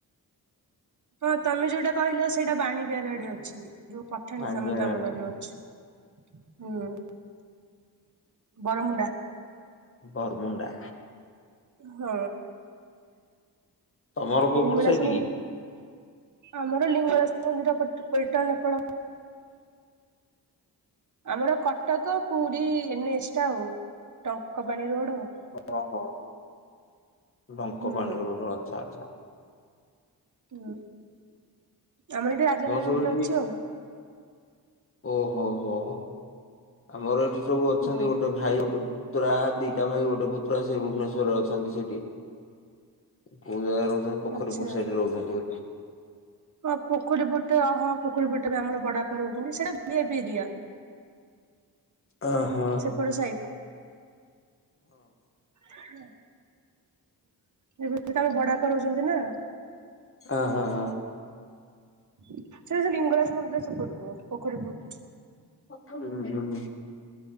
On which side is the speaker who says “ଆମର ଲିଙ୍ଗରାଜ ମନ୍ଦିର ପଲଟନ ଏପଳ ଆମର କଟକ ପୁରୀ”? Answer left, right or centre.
Right